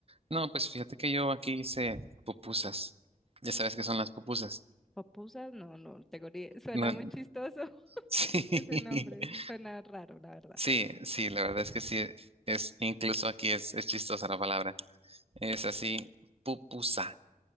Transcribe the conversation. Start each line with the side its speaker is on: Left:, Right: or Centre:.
Right: No, pues fíjate que yo aquí hice pupusas. Ya sabes qué son las pupusas.
Centre: Pupusas, no, no tengo ni... <laughs> Suena
Right: No,
Centre: muy chistoso <laughs>
Right: Sí,
Centre: ese nombre,
Right: <laughs>
Centre: suena raro, la verdad.
Right: sí, sí, la verdad es que sí, es incluso aquí es, es chistosa la palabra. Es así, pupusa,